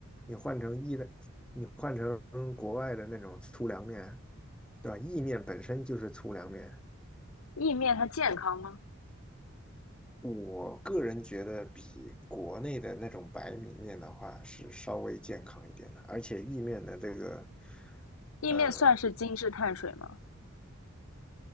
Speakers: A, in the centre; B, on the left.
A: 你换成意的，你换成国外的那种粗粮面啊，对吧？意面本身就是粗粮面，
B: 意面它健康吗？
A: 我个人觉得比国内的那种白米面的话是稍微健康一点的，而且意面的这个，
B: 意面算是精致碳水吗？
A: 呃，